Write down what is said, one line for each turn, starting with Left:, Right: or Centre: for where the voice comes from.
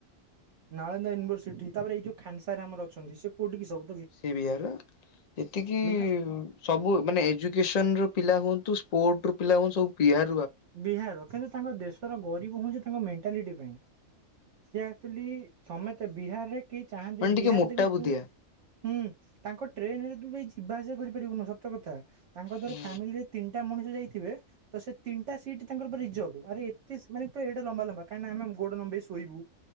Right: ନାଳନ୍ଦା ୟୁନିଭରସିଟି ତାପରେ ଏଇ ଯୋଉ ଖାନସାର ଆର ଅଛନ୍ତି ସେ କଉଠି ସବୁ
Left: ସେ ବିହାର ଯେତିକି
Right: ବିହା
Left: ସବୁ ମାନେ ଏଜୁକେସନ୍ ର ପିଲା ହୁଅନ୍ତୁ ସ୍ପୋର୍ଟ ରୁ ପିଲା ହୁଅନ୍ତୁ ସବୁ ବିହାର
Right: ବିହାର କିନ୍ତୁ ତାଙ୍କ ଦେଶର ଗରିବ ହୁଁଛିତ ତାଙ୍କ ମେଣ୍ଟାଲିଟି ପାଇଁ ସେ ଆକ୍ଚୁଲି ସମେତେ ବିହାରରେ କେହି ଚାହାନ୍ତିନି
Left: ମାନେ ଟିକେ
Right: ବିହାରରେ
Left: ମୋଟା
Right: ଦେଖୁ
Left: ବୁଦ୍ଧିଆ।
Right: ତୁ ହୁଁ ତାଙ୍କ ଟ୍ରେନରେ ତୁ ଯିବା ଆସିବା କରିପାରିବୁନୁ ସତ କଥା। ତାଙ୍କ ଧର
Left: ହୁଁ
Right: ଫ୍ୟାମିଲିରେ ତିନିଟା ମଣିଷ ଯାଇଥି ଥିବେ ତ ସେ ତିନିଟାିଟ୍ ତାଙ୍କର ରିଜର୍ଭ ଆରେ ଏତେ ମାନ ପୁରା ଏଟା ଲମ୍ବା ଲମ୍ବା କାହିଁକ ନା ଆମେ ଗୋଡ ନମ୍େଇ ଶୋଇବୁ